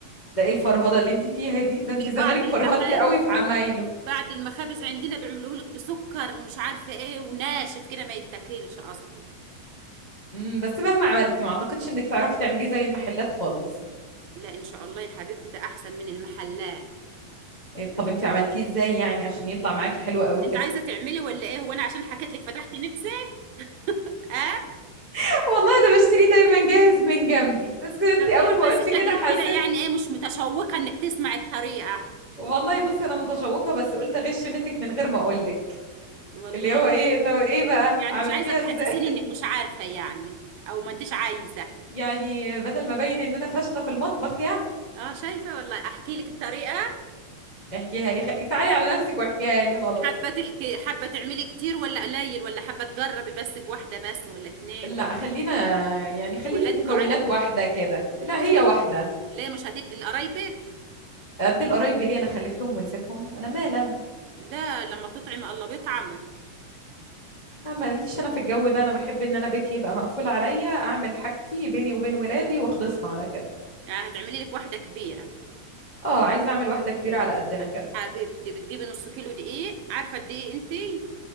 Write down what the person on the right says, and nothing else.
في
بعض المخا
بعض المخابز عندنا بيعملوه لك بسكر ومش عارفة ايه وناشف كده ما يتاكلش اصلا
لا ان شاء الله يا حبيبتي ده احسن من المحلات
انت عايزة تعملي ولا ايه هو انا عشان حكيت لك فتحت نفسك اه
طب إيه،
بس
شكلك
كده يعني ايه مش متشوقة انك تسمع الطريقة
والله
يعني
مش عايزة تحسسيني
انك مش عارفة يعني او ما انتش عايزة
اه شايفة والله احكي لك الطريقة
حابة تحكي حابة تعملي كتير ولا قليل ولا حابة تجربي بس بواحدة بس ولا اتنين
ولا
ولا
انتوا
عيلة
مكوناته
ليه مش هتدي لقرايبك
لا لما تطعم الله بيطعمك
يعني هتعملي لك واحدة كبيرة
حبيبتي بتجيبي نص كيلو دقيق عارفة الدقيق انتي